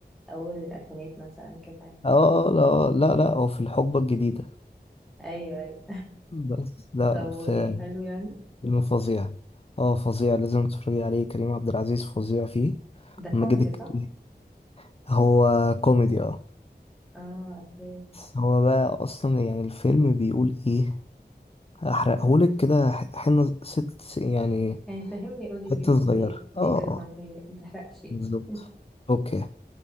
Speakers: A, in the centre; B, on the left.
A: اول الالفينات مثلا كده يعني.
B: اه آه، لا لا لا هو في الحقبة الجديدة
A: ايوه ايوه
B: بس لا
A: طب وإيه
B: في
A: حلو يعني
B: فيلم فظيع اه فظيع لازم تتفرجي عليه كريم عبد العزيز فظيع فيه
A: ده كوميدي
B: ماجد الكدواني
A: صح؟
B: هو كوميدي اه
A: اه أوكي.
B: بس هو بقى اصلا يعني الفيلم بيقول ايه هحرقهولك كده ح- حنة ست يعني
A: يعني فهمني قولي
B: حتة
A: بي
B: صغيرة
A: بي بيتكلم
B: اه اه
A: عن ايه متحرقش يعني.
B: بالظبط
A: <laughs>
B: اوكي